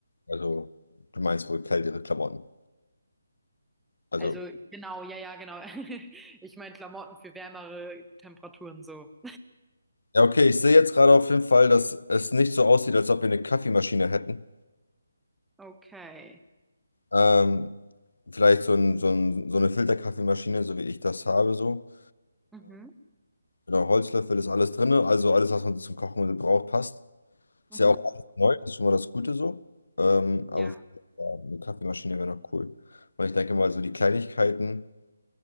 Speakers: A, on the left; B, in the centre.
A: Also, du meinst wohl kältere Klamotten. Also,
B: Also genau, ja, ja, genau. <laughs> Ich meine Klamotten für wärmere Temperaturen so.
A: ja, okay, ich sehe jetzt gerade auf jeden Fall, dass es nicht so aussieht, als ob wir eine Kaffeemaschine hätten.
B: Okay.
A: Ähm, vielleicht so, ein, so, ein, so eine Filterkaffeemaschine, so wie ich das habe, so.
B: Mhm,
A: Genau, Holzlöffel ist alles drin, also alles, was man zum Kochen braucht, passt.
B: mhm.
A: Ist ja auch alles neu, das ist schon mal das Gute so. Ähm,
B: Ja,
A: aber ja, eine Kaffeemaschine wäre noch cool. Und ich denke mal, so die Kleinigkeiten,